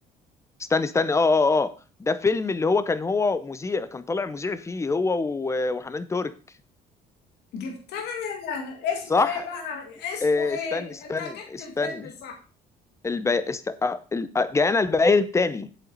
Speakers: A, on the left; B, on the left.
A: استني استني اه اه اه ده فيلم اللي هو كان هو مذيع كان طالع مذيع فيه هو و- وحنان ترك
B: جبتها اسمه
A: صح
B: ايه بقى اسمه
A: آه،
B: ايه
A: استني استني
B: انت جبت
A: استني
B: الفيلم صح
A: البي... است... آه، ال- آه، جاءنا البيان التاني